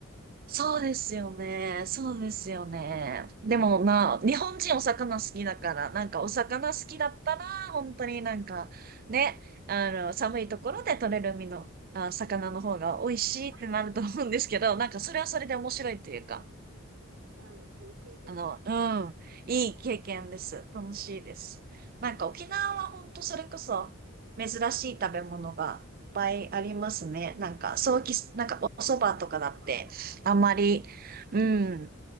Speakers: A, on the right; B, on the right.
A: 日本海側。
B: そうですよね。そうですよね。でも、まあ、日本人お魚好きだから、なんかお魚好きだったら、
A: うん。
B: 本当になんか、ね、あの、寒いところで取れる海の、あ、魚の方が美味しいってなると思うんですけど、
A: あ、
B: なんかそれはそれで面白いというか。
A: うん、経験ですよね。
B: あの、うん、いい経験です。楽しいです。なんか沖縄は本当それこそ珍しい食べ物がいっぱいありますね。
A: うん、うん、うん、うん。
B: なんか、早期なんかお蕎麦とかだって、
A: そうそう、はいはいはい。
B: あんまり、うん、